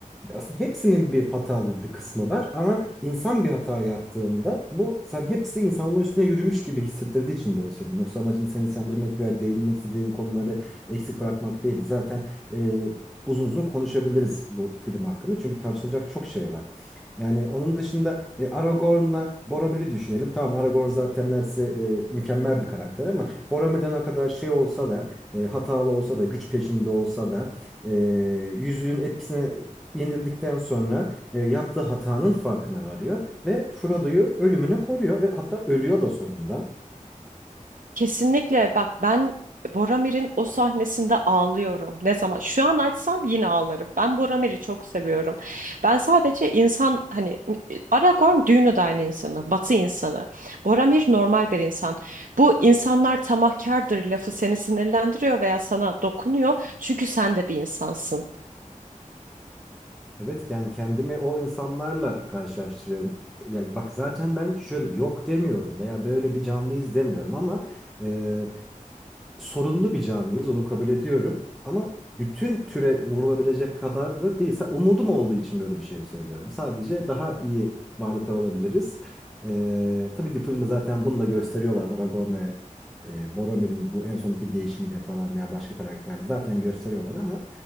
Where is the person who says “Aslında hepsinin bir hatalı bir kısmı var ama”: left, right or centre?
Centre